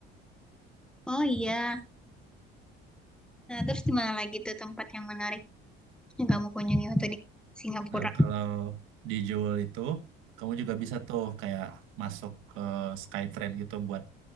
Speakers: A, in the centre; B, on the right.
A: Oh iya. Nah, terus di mana lagi tuh tempat yang menarik yang kamu kunjungi waktu di Singapura?
B: nah, kalau dijual itu kamu juga bisa tuh kayak masuk ke Skytrain gitu buat